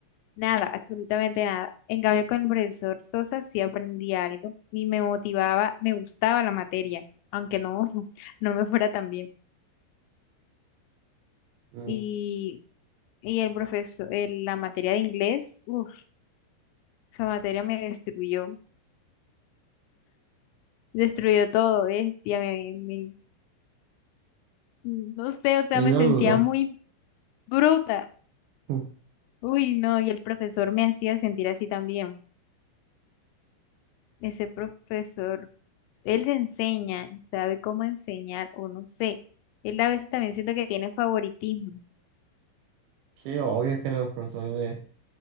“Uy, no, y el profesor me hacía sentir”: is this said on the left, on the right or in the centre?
Left